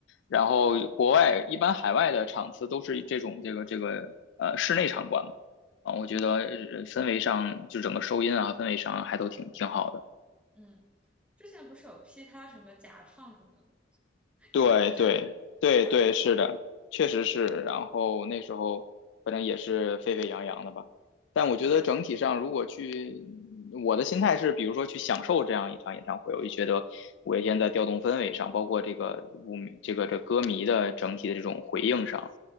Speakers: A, on the left; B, in the centre.
A: 然后国外一般海外的场次都是这种这个这个呃室内场馆嘛，
B: 啊，
A: 啊，我觉得呃氛围上就整个收音啊氛围上还都挺挺好的。
B: 嗯嗯，之前不是有批他什么假唱什么的吗？<laughs>
A: 对对对对，
B: 有一阵，后来就好了。
A: 是的，确实是。然后那时候反正也是沸沸扬扬的吧。但我觉得整体上，
B: 嗯
A: 如果去，我的心态是，比如说去享受这样一场演唱会，我就觉得五月天在调动氛围上，包括这个舞这个这歌迷的整体的这种回应上，